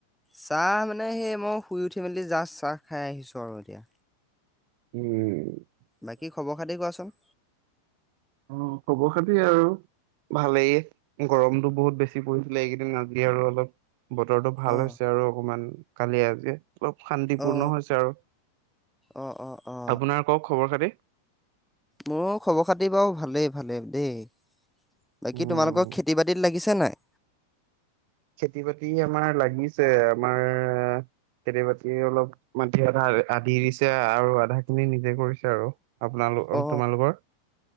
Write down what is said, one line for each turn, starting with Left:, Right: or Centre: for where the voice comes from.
Centre: চাহ মানে সেই মই শুই উঠি মেলি জাচ চাহ খাই আহিছো আৰু এতিয়া।
Right: উম।
Centre: বাকী খবৰ খাতি কোৱাচোন।
Right: উম খবৰ খাতি আৰু ভালেই গৰমতো বহুত বেছি পৰিছিলে এইকেইদিন আজি আৰু অলপ। বতৰটো ভাল
Centre: অ
Right: হৈছে আৰু অকমান কালি আজিয়ে। পোৰা শান্তিপূৰ্ণ
Centre: অ
Right: হৈছে আৰু,
Centre: অ অ অ
Right: আপোনাৰ কওক খবৰ খাতি!
Centre: মোৰো খবৰ খাতি বাৰু ভালেই ভালেই দেই। বাকী
Right: উম
Centre: তোমালোকৰ খেতি বাতিত লাগিছে নাই?
Right: খেতি বাতি আমাৰ লাগিছে আমাৰ খেতি-বাতি অলপ মাটি আধা আধি দিছে আৰু আধা খিনি নিজে কৰিছে আৰু। আপোনালোক
Centre: অ
Right: তোমালোকৰ!